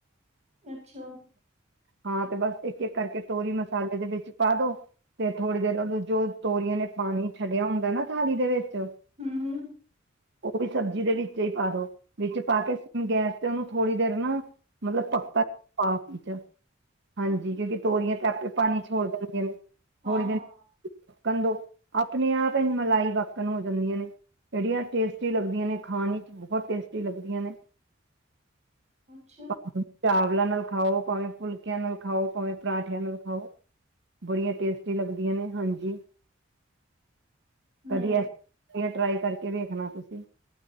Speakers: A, on the right; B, on the right.
A: ਅੱਛਾ,,,
B: ਹਾਂ ਤੇ ਬਸ ਇੱਕ ਇੱਕ ਕਰਕੇ ਤੋਰੀ ਮਸਾਲੇ ਦੇ ਵਿੱਚ ਪਾ ਦੋ ਤੇ ਥੋੜ੍ਹੀ ਦੇਰ ਉਹਨੂੰ ਜੋ ਤੋਰੀਆਂ ਨੇ ਪਾਣੀ ਛੱਡਿਆ ਹੁੰਦਾ ਨਾ ਥੋੜੀ ਦੇ ਵਿੱਚ,
A: ਹੂੰ,
B: <unintelligible>
A: ਹੂੰ।
B: ਉਹ ਵੀ ਸਬਜ਼ੀ ਦੇ ਵਿੱਚ ਹੀ ਪਾ ਦੋ ਵਿੱਚ ਪਾ ਕੇ ਗੈਸ ਤੇ ਉਹਨੂੰ ਥੋੜ੍ਹੀ ਦੇਰ ਨਾ, ਮਤਲਬ ਪੱਕਾ,,,, ਪਾ, ਹਾਂਜੀ ਕਿਉਂਕਿ ਤੋਰੀਆਂ, ਆਪੇ ਪਾਣੀ ਛੋੜ ਦੇਣਗੇ ਨੇ,,, ਥੋੜੀ
A: ਹਾਂ-ਹਾਂ,
B: ਦੇਰ ਬਾਦ ਦੋ ਆਪਣੇ ਆਪ ਮਲਾਈ ਵਕਣ ਹੋ ਜਾਂਦੀਆਂ ਨੇ, ਬੜੀਆਂ ਟੇਸਟੀ ਲੱਗਦੀਆਂ ਨੇ ਖਾਣ ਵਿੱਚ ਬਹੁਤ ਟੇਸਟੀ ਲੱਗਦੀਆਂ ਨੇ
A: ਅੱਛਾ,
B: <unintelligible> ਚਾਵਲਾਂ ਨਾਲ ਖਾਓ ਭਾਵੇਂ ਫੁਲਕਿਆਂ ਨਾਲ ਖਾਓ ਭਾਵੇਂ ਪਰਾਂਠਿਆਂ ਨਾਲ ਖਾਓ ਬੜੀਆਂ ਟੇਸਟੀ ਲੱਗਦੀਆਂ ਨੇ ਹਾਂਜੀ
A: ਹੂੰ,
B: ਕਦੀ,,,,, ਟਰਾਈ ਕਰਕੇ, ਕਿ ਵੇਖਣਾ ਤੁਸੀਂ